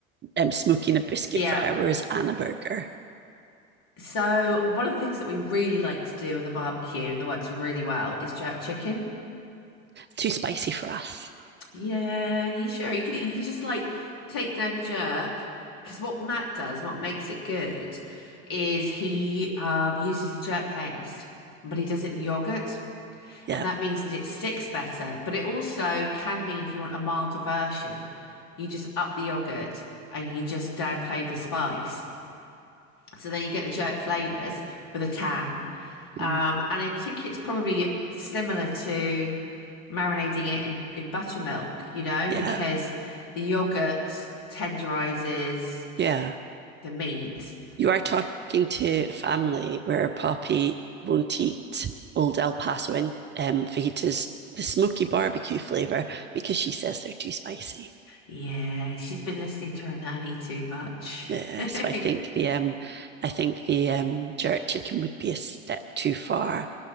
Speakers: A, on the right; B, on the left.
A: um, smoking a brisket
B: Yeah.
A: for hours and a burger.
B: So one of the things that we really like to do on the barbecue and that works really well is jerk chicken.
A: Too spicy for us.
B: Yeah, you sure? You could you could just like take down the jerk because what Matt does, what makes it good, is he um uses the jerk paste, but he does it in yogurt,
A: Yeah.
B: and that means that it sticks better. But it also can mean if you want a milder version, you just up the yogurt and you just downplay the spice. So then you get the jerk flavors with a tang, um,
A: Mm,
B: and I think it's probably similar to marinating it in, in buttermilk, you know,
A: Yeah.
B: because the yogurt tenderizes
A: Yeah.
B: the meat.
A: You are talking to a family where Poppy won't eat old El Paso and um, fajitas, the smoky barbecue flavor, because she says they're too spicy.
B: Yeah, she's been listening to her nanny too much.
A: Yeah, so
B: <laughs>
A: I think the um, I think the um, jerk chicken would be a step too far